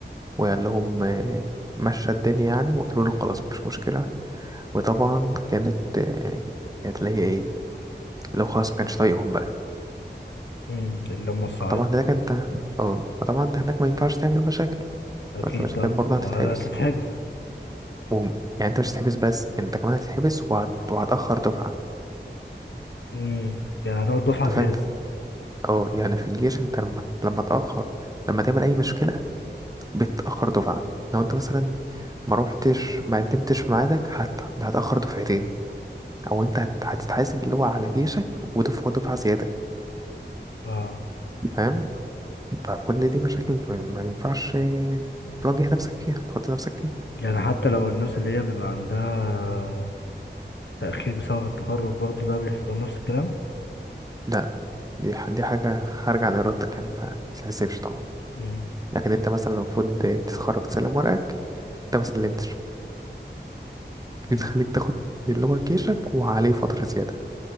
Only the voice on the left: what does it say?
مم. اللي هم الصعيد
اكيد
طبعا
آه، هتتحبس
مم. يعني هتقعد دفعة
زيادة
اه
يعني حتى لو الناس اللي هي بيبقى عندها تأخير بسبب التخرج برضه ده بيحصل نفس الكلام
مم.
مم.